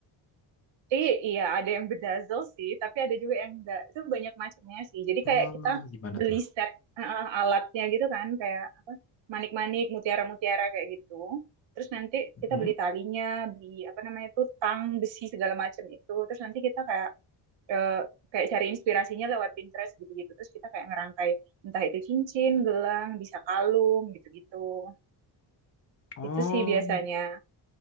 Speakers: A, on the right; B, on the left.
A: I- iya, ada yang bedazzle sih, tapi ada juga yang enggak. Itu banyak macamnya sih. Jadi
B: Oh,
A: kayak kita
B: gimana
A: beli
B: tuh?
A: set eh, alatnya gitu kan, kayak apa? Manik-manik, mutiara-mutiara kayak gitu. Terus nanti kita
B: Hmm?
A: beli talinya, beli apa namanya tuh tang, besi segala macam itu. Terus nanti kita kayak eh, kayak cari inspirasinya lewat Pinterest gitu-gitu. Terus kita kayak ngerangkai entah itu cincin, gelang, bisa kalung gitu-gitu.
B: Oh,
A: Itu sih biasanya.